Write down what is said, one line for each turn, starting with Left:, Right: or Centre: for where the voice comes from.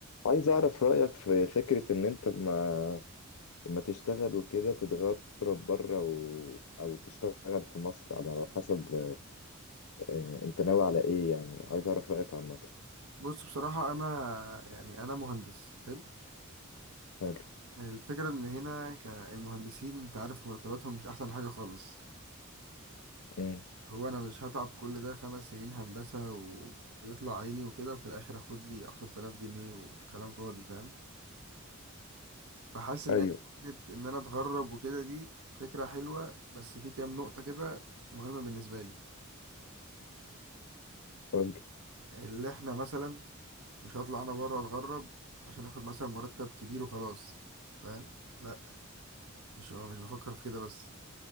Left: عايز أعرف رأيك في فكرة إن أنت ما لما تشتغل وكده تتغرب بره و... أو تشتغل في مصر على حسب آه، أنت ناوي على إيه يعني عايز أعرف رأيك عامة
Right: بص بصراحة أنا يعني أنا مهندس حلو
Left: حلو
Right: الفكرة إن هنا كالمهندسين أنت عارف مرتباتهم مش أحسن حاجة خالص
Left: أمم.
Right: هو أنا مش هتعب كل ده خمس سنين هندسة وبيطلع عيني وكده في الآخر أخد لي عشرة آلاف جنيه وكلام فاضي فاهم فحاسس إن
Left: أيوه
Right: هي فكرة إن أنا أتغرب وكده دي فكرة حلوة بس في كام نقطة كده مهمة بالنسبة لي
Left: قولي
Right: اللي إحنا مثلا مش هطلع أنا بره أتغرب عشان آخد مثلا مرتب كبير وخلاص فاهم لأ مش مش بفكر في كده بس